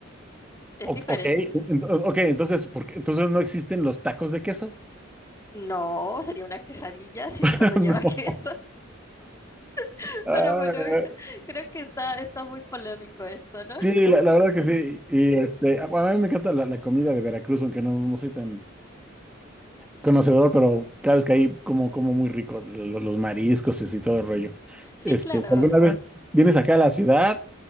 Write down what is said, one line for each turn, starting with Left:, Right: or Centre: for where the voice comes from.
Left: Es
Centre: O-
Left: diferente.
Centre: Ok, ent- ok, entonces, ¿por qué- entonces no existen los tacos de queso?
Left: No, sería una quesadilla <laughs> si
Centre: <laughs>
Left: solo lleva queso.
Centre: No.
Left: <laughs>
Centre: Ah,
Left: Pero bueno, <laughs> creo que está, está muy polémico esto, ¿no?
Centre: sí, la, la verdad que sí. Y este, a a mí me encanta la, la comida de Veracruz, aunque no, no soy tan conocedor, pero cada vez que ahí como, como muy rico, lo- lo- los mariscos y así, todo el rollo.
Left: Sí,
Centre: Este,
Left: claro,
Centre: si alguna vez vienes acá a la ciudad,